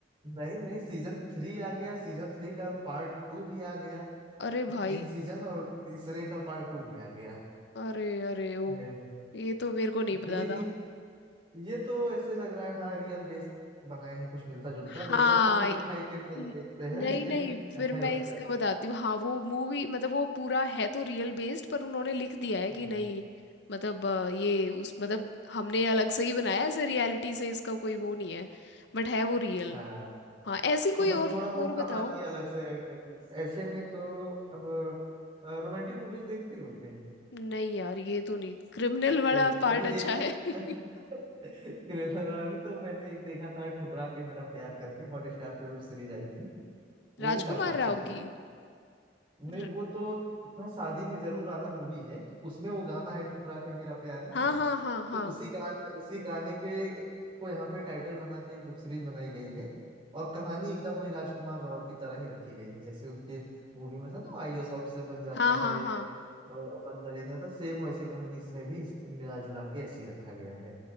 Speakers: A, on the right (about 30°); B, on the left (about 65°).
A: नहीं नहीं सीजन थ्री आ गया सीजन थ्री का पार्ट टू भी आ गया
B: अरे
A: हाँ,
B: भाई
A: तीन सीजन और तीसरे का पार्ट टू भी आ गया
B: अरे अरे ओ
A: है
B: ये तो मेरे को नहीं पता
A: ये भी
B: था
A: ये तो ऐसे लग रहा है हाँ रियल बेस बनाए हैं कुछ मिलता जुलता
B: हाँ
A: वैसा तो नहीं दिखाई कि रियल
B: न-
A: बेस पे है
B: नहीं
A: लेकिन
B: नहीं फिर
A: है
B: मैं
A: वैसा
B: इसका
A: ही।
B: बताती हूँ हाँ वो मूवी मतलब वो पूरा है तो रियल बेस्ड पर उन्होंने लिख दिया है कि
A: हाँ
B: नहीं मतलब अ, ये उस मतलब हमने अलग से ही बनाया है, ऐसे रियलिटी से इसका कोई वो नहीं है बट है वो रियल
A: हाँ
B: हाँ ऐसी कोई
A: तो बस
B: और
A: थोड़ा बहुत
B: और बताओ
A: कहानी अलग से ऐड करके ऐसे में तो अब रोमांटिक मूवीज देखती हो कि नहीं
B: नहीं यार ये तो नहीं क्रिमिनल
A: तो, तो
B: वाला पार्ट
A: अभी
B: अच्छा
A: एक
B: है <laughs>
A: <laughs> क्रेथल अभी तो मैंने एक देखा था ठुकरा के मेरा प्यार करके हॉट स्टार पे वेब सीरीज आई थी
B: राजकुमार
A: वो भी काफी अच्छी
B: राव
A: थी
B: की
A: नहीं
B: र-
A: वो तो था शादी में जरूर आना मूवी है उसमें वो गाना है ठुकरा के मेरा प्यार ना
B: हाँ हाँ हाँ हाँ
A: तो उसी गाने उसी गाने के को यहाँ पे टाइटल बना के एक वेब सीरीज बनाई गई है और कहानी एकदम वही राजकुमार राव की तरह ही रखी गई है जैसे उनके मूवी में था ना आईएएस ऑफिसर बन जाता
B: हाँ हाँ
A: है
B: हाँ
A: और बदला लेना था सेम वैसे कहानी इसमें भी मिला जुला के ऐसे ही रखा गया है